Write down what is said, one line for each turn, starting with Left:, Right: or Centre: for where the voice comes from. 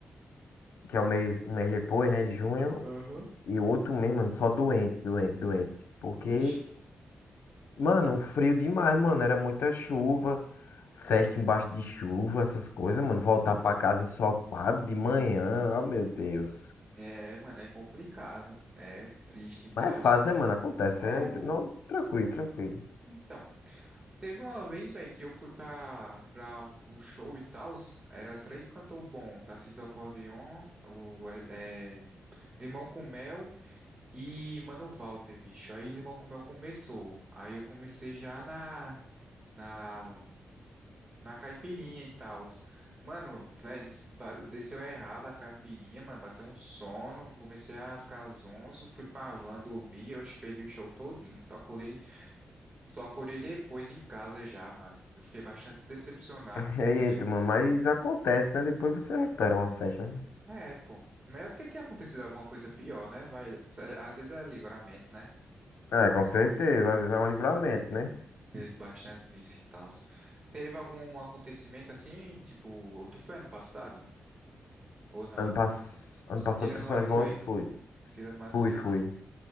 Left: que é o mês, um mês depois, né, de junho,
Right: Aham.
Left: E o outro mês, mano, só doente, doente, doente. Porque,
Right: Vixe.
Left: mano, frio demais, mano. Era muita chuva, festa
Right: Sim,
Left: embaixo de chuva, essas coisas, mano. Voltar pra casa ensopado de manhã, ah, meu Deus.
Right: é, mano, é complicado, é triste e tal.
Left: Mas é fácil, né, mano? Acontece,
Right: É,
Left: é. Não, tranquilo, tranquilo.
Right: então, teve uma vez, velho, que eu fui pra, pra o show e tal, era três cantor bom, Tarcísio do Acordeon, o, é, é, Limão com Mel E, mano, o Walter, bicho. Aí Limão com Mel começou. Aí eu comecei já na, na, na caipirinha e tal. Mano, velho, desceu errado a caipirinha, mano. Bateu um sono. Comecei a ficar zonzo. Fui pra van dormir. Eu esperei o show todinho. Só acordei, só acordei depois em casa já, mano. Eu fiquei bastante decepcionado
Left: <laughs> Eita,
Right: por ter.
Left: mano, mas acontece, né? Depois você recupera uma festa. né?
Right: É, pô. Melhor do que ter acontecido alguma coisa pior, né? Vai, cê- às vezes é livramento, né?
Left: É, com certeza. Às vezes é um livramento, né?
Right: Acredito bastante nisso e tal. Teve algum acontecimento assim, tipo, tu foi ano passado? Ou não?
Left: Ano, pass... ano passado
Right: Tirando
Left: pro
Right: o
Left: São
Right: Matuê.
Left: João eu fui.
Right: Tirando o Matuê.
Left: Fui, fui.